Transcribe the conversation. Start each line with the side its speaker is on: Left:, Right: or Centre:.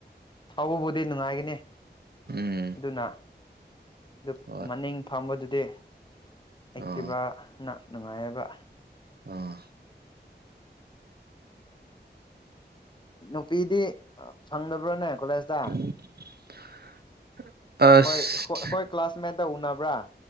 Left: ꯊꯧꯕꯕꯨꯗꯤ ꯅꯨꯡꯉꯥꯏꯒꯅꯤ
Right: ꯎꯝ
Left: ꯑꯗꯨꯅ ꯑꯗꯨ
Right: ꯍꯣꯏ
Left: ꯃꯅꯤꯡ ꯐꯝꯕꯗꯨꯗꯤ ꯑꯦꯛꯇꯤꯚꯅ
Right: ꯑꯥ
Left: ꯅꯨꯡꯉꯥꯏꯔꯕ
Right: ꯑꯥ
Left: ꯅꯨꯄꯤꯗꯤ ꯐꯪꯗꯕ꯭ꯔꯣꯅꯦ ꯀꯣꯂꯦꯖꯇ
Right: <inaudible> ꯑꯁ
Left: ꯑꯈꯣꯏ ꯑꯈꯣꯏ ꯀ꯭ꯂꯥꯁꯃꯦꯠꯇ ꯎꯅꯕ꯭ꯔꯥ